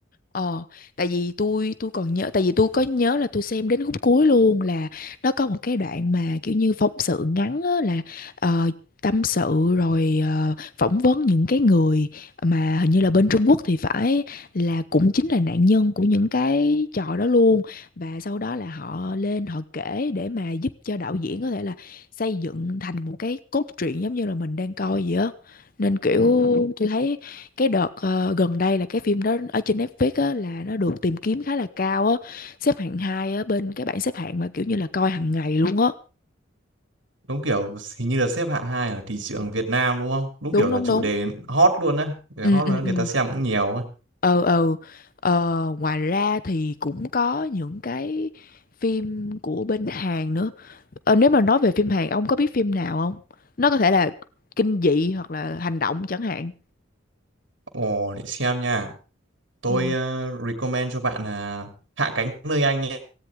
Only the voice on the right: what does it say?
đúng kiểu hình như là xếp hạng hai ở thị trường Việt Nam đúng không đúng
kiểu là
chủ
đề hot luôn á để
hot
luôn á, người
ta xem cũng nhiều á
ồ để xem nha tôi
ờ, recommend cho bạn là Hạ cánh nơi anh nha